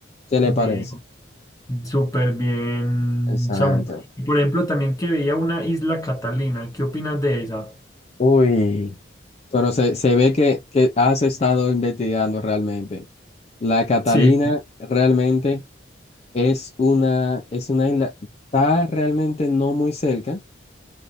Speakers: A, on the left; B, on the left.
A: ¿Qué
B: de
A: le parece?
B: Súper bien,
A: Exacto.
B: Samu. Y, Por ejemplo, también que veía una isla Catalina. ¿Qué opinas de esa?
A: Uy. Pero se, se ve que, que has estado investigando realmente. La Catalina
B: Sí.
A: realmente es una, es una isla, está realmente no muy cerca,